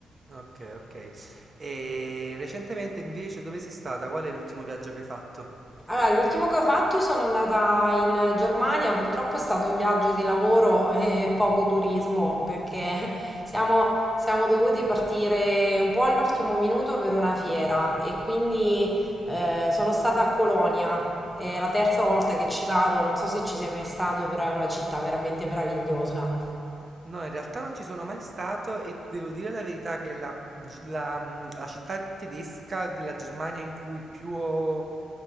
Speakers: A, on the right (about 35°); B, in the centre.
A: Okay, okay. E recentemente invece dove sei stata? Qual è l'ultimo viaggio che hai fatto?
B: Allora, l'ultimo che ho fatto sono andata in Germania, purtroppo è stato un viaggio di lavoro <laughs> e poco turismo perché <laughs> siamo, siamo dovuti partire un po' all'ultimo minuto per una fiera e quindi eh, sono stata a Colonia. È la terza
A: Okay.
B: volta che ci vado, non so se ci sei mai stato, però è una città veramente meravigliosa.
A: No, in realtà non ci sono mai stato e devo dire la verità che la, gi- la, mm, la città tedesca della Germania in cui più ho